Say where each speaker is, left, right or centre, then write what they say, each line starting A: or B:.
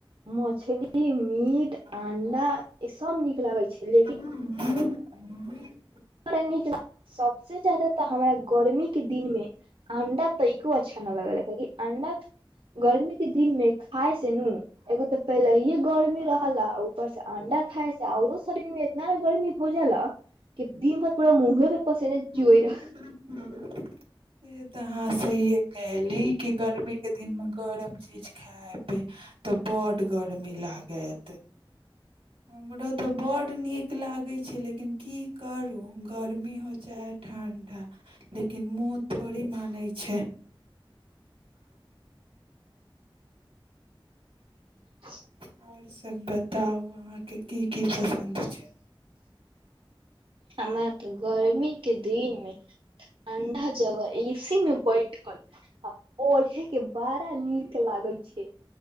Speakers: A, on the right (about 85°); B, on the right (about 70°).
A: अंडा
B: मछली मीट अंडा ई सब नीक लागे छै लेकिन
A: हूं हूं
B: ड़ <unintelligible> नीक ल सबसे जादा तऽ हमरा गर्मी के दिन मे अंडा तइको अच्छा न लगलै कि अंडा गर्मी दिन में खााय से नू एगो तऽ पहिलेहिे गर्मी रहला ऊपर से अंडा खााय से औरो शरीर मे इतना नऽ गर्मी हो जाला की दिन भर पूरा मूह ले पसैने चुएर
A: लेकिन से तऽ अहाँसँ इए कहयली कि गर्मी केदिनमे गरम चीज खाय बे तऽ बड़ गर्मी लागत। हमरो तऽ बड़ नीक लागे छै लेकिन की करो। गर्मी हो चाहे ठंडा लेकिन मुह थौड़ी मानै छै।
B: <inaudible>
A: और सब बताउ आहां के की की पसन्द छै
B: हमरा तऽ गर्मी के दिन में ठंडा जगह एसी मे बैठल ओढ़े के बड़ा नीक लागय